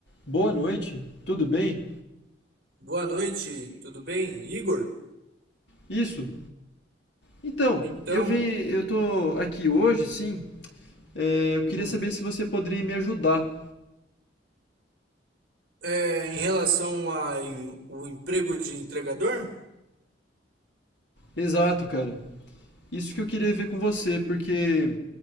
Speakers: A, on the left; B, on the right.
A: Boa noite, tudo bem?
B: Boa noite, tudo bem, Igor?
A: Isso. Então,
B: Então,
A: eu vim, eu tô aqui hoje, sim. É, eu queria
B: hum,
A: saber se você poderia me ajudar.
B: é, em relação ao em, o emprego de entregador,
A: Exato, cara. Isso que eu queria ver com você, porque